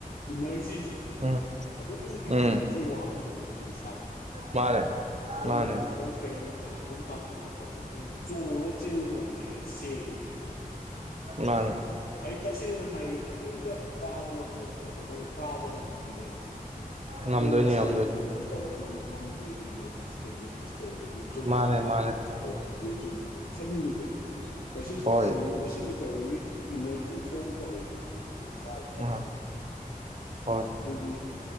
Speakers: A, on the left; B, on the right.
A: ꯏꯅꯔꯖꯤꯁꯦ
B: ꯎꯝ
A: ꯑꯗꯨꯛꯀꯤ ꯃꯇꯤꯛ
B: ꯎꯝ
A: ꯏꯅꯔꯖꯤ ꯋꯥꯡꯉꯦ ꯑꯗꯨꯒꯤ ꯏꯁꯥꯁꯦ
B: ꯃꯥꯅꯦ
A: ꯑꯣ
B: ꯃꯥꯅꯦ
A: <unintelligible> ꯀꯩꯅꯥ ꯀꯅꯥꯅꫭꯝ ꯇꯥꯟꯅꯔꯛꯄ ꯃꯇꯝꯗ ꯅꯪ ꯆꯣꯡꯉꯒ ꯆꯦꯟꯕ ꯉꯝꯃꯦ ꯍꯥꯏꯁ‌ꯦ ꯁꯦꯡꯉꯤꯅꯦꯕ
B: ꯃꯥꯅ‌ꯦ
A: ꯑꯩ ꯇꯁꯦꯡꯅ ꯍꯥꯏꯒ‌ꯦ ꯀꯔꯤꯝꯇ ꯀꯥꯕ ꯉꯝꯗꯕ ꯄꯣꯠꯇꯣ ꯅꯪ ꯀꯥꯕ ꯉꯝꯝꯕꯒꯤꯅꯦ ꯑꯗꯨ
B: ꯉꯝꯗꯣꯏꯅꯤ
A: ꯅꯪ ꯅꯁꯥꯅ
B: ꯉꯝꯗꯣꯏꯅꯤ
A: ꯏꯃꯥꯖꯤꯟ ꯇꯧꯕ ꯉꯝꯃꯣꯏꯗꯣꯏꯅꯦꯕ ꯑꯁ ꯀꯩꯅꯣ ꯇꯧ ꯆ
B: ꯃꯥꯅꯦ
A: ꯆ
B: ꯃꯥꯅꯦ
A: ꯇꯧꯦ <unintelligible> ꯈꯟꯗꯕ <unintelligible> ꯃꯁꯤ
B: ꯍꯣꯏ
A: ꯇꯧ ꯃꯁꯤꯁꯨ ꯀꯧꯏꯤ ꯏꯅꯔꯖꯤ ꯐꯣꯔꯝ ꯇꯧꯋꯦ ꯅꯪ ꯅꯁꯖꯤꯗ ꯑꯗꯨꯛꯀꯤ
B: ꯑ
A: ꯃꯇꯤꯛ
B: ꯍꯣꯏ
A: ꯑꯗꯨꯒꯤ